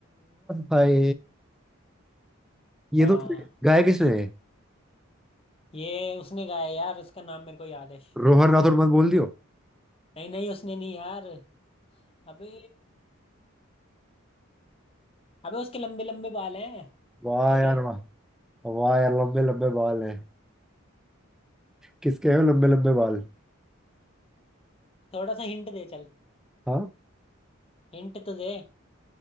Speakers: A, in the centre; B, on the left (about 25°).
A: हाय ये
B: हाँ
A: तो गाया किसने है?
B: ये उसने गाया यार उसका नाम मेरे को याद है
A: रोहन राठौड़ मत बोल दियो
B: नहीं नहीं उसने नहीं यार अबे अबे उसके लंबे लंबे बाल हैं
A: वाह
B: थोड़े
A: यार वाह वाह यार लंबे लंबे बाल हैं किसके हैं वो लंबे लंबे बाल
B: थोड़ा सा हिंट दे चल
A: हाँ
B: हिंट तो दे